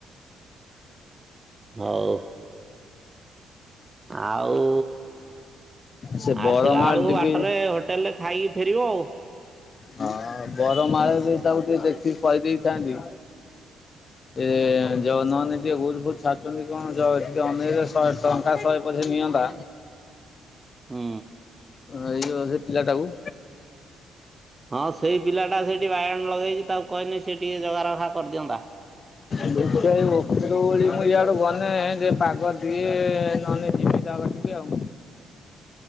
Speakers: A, on the right (about 25°); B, on the left (about 40°).
A: ହଉ ଆଉ।
B: ସେ ବରମାଳ
A: ଆସିଲା ବେଳକୁ
B: ଟିକେ
A: ବାଟରେ ହୋଟେଲ ରେ ଖାଇକି ଫେରିବ ଆଉ
B: ହଁ ବରମାଳ ବି ତାକୁ ଟିକେ ଦେଖିକି କହିଦେଇଥାନ୍ତି।
A: <inaudible>
B: ଏ ଯ ନହନେ ଟିକେ ଗୁଜ ଫୁଜ ଛାଡୁଛନ୍ତି କଣ ଯ ଟିକେ ଅନେଇ ଶହେ ଟଙ୍କା ଶହେ ପସେ ନିଅନ୍ତା।
A: ହୁଁ।
B: ଏଇ ସେ ପିଲା ଟାକୁ।
A: ହଁ ସେଇ ପିଲାଟା ସେଇଠି ବାଇଗଣ ଲଗେଇଛି ତାକୁ କ କହିନି ସେ ଟିକେ ଜଗାାରଖା କରିଦିଅନ୍ତା।
B: ମୁଁ ଉପର ଓଳି ଇାଆଡୁ ଗନେ ଟ ପାଗ ଟିକେ ନହନେ ଜିବି ଦାଗ ଟିକେ ଆଉ।